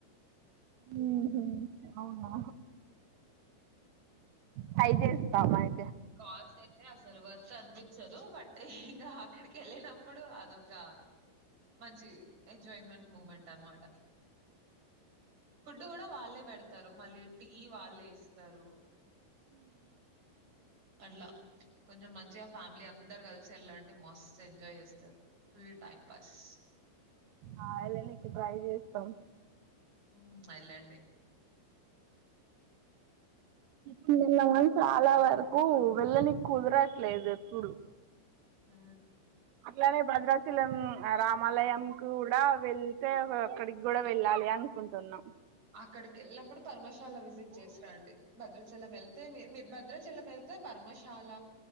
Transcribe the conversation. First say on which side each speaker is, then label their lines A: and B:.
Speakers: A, on the right; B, on the right.
A: ఉహు అవునా ఫైజి ఇస్తామయి
B: కాస్ట్ అయితే అసలు వర్త్ అనిపించదు బట్ ఇంకా అక్కడికి వెళ్ళినప్పుడు అదొక మంచి ఎంజాయ్మెంట్ మూమెంట్ అనమాట ఫుడ్ కూడా వాళ్ళే పెడతారు మళ్ళీ టీ వాళ్ళే ఇస్తారు అట్లా కొంచెం మంచిగా ఫ్యామిలీ అం అందరు కలిసి వెళ్ళండి మస్త్ ఎంజాయ్ చేస్తారు ఫుల్ టైం పాస్
A: ఆ వెళ్ళ నీకి ట్రై చేస్తాం
B: ఉ వెళ్ళండి
A: పిల్లలమను చాలా వరకు వెళ్ళనికి కుదరట్లేదు ఎప్పుడు
B: ఉ
A: అట్లానే భద్రాచలం రామాలయం కూడా వెళ్తే అక్కడికి కూడా వెళ్ళాలి ఏ అనుకుంటున్నాం
B: అక్కడికి వెళ్ళినప్పుడు పరమశాల విజిట్ చేసిరండి భద్రాచలం వెళ్తే మీ మీ భద్రాచలం వెళ్తే పర్మశాల